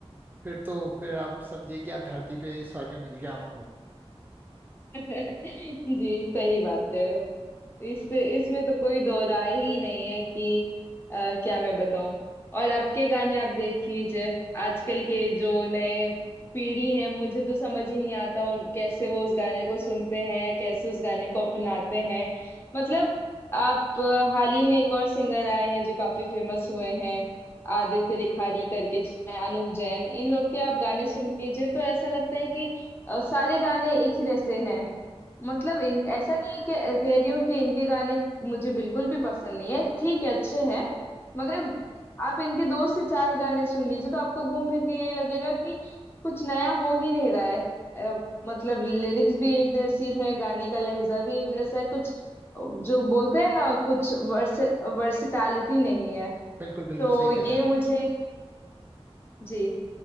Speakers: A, on the right (about 20°); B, on the left (about 20°).
A: फिर तो फिर आप समझिए कि आप धरती पे स्वर्ग मिल गया आपको
B: <laughs> जी सही बात है इससे इसमें तो कोई दो राय ही नहीं है कि अ, क्या मैं बताऊं और अब के गाने आप देख लीजिए आजकल के जो नए पीढ़ी है मुझे तो समझ ही नहीं आता उन कैसे वो उस गाने को सुनते हैं या कैसे उस गाने को अपनाते हैं मतलब आप अ, हाल ही में एक और सिंगर आए हैं जो काफी फेमस हुए हैं आदित्य रिखारी करके चाहे अनूप जैन इन लोग के आप गाने सुन लीजिए तो ऐसा लगता है कि अ, सारे गाने एक ही जैसे हैं मतलब इन ऐसा नहीं है कि कह रही हूँ कि इनके गाने मुझे बिल्कुल भी पसंद नहीं है ठीक है अच्छे हैं मगर आप इनके दो से चार गाने सुन लीजिए तो आपको घूम फिर के यही लगेगा कि कुछ नया हो ही नहीं रहा है अ, मतलब लिरिक्स भी एक जैसी है गाने का लहजा भी एक जैसा है कुछ अ, जो बोलते हैं ना कुछ वर्स वर्सिटैलिटी नहीं है
A: बिल्कुल बिल्कुल
B: तो
A: सही कह
B: ये
A: रहे हैं आप
B: मुझे जी